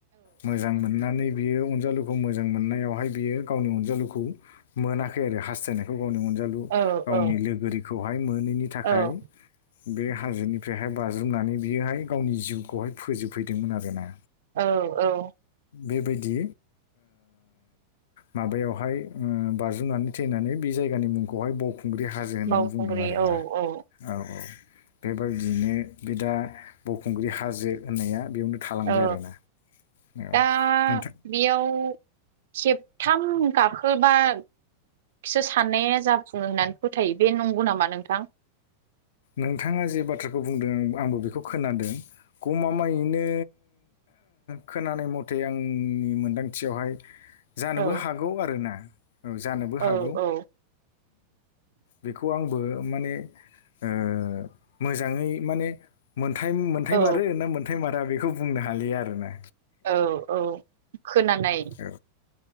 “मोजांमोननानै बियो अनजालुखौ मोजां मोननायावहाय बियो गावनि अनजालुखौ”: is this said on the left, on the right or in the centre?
Left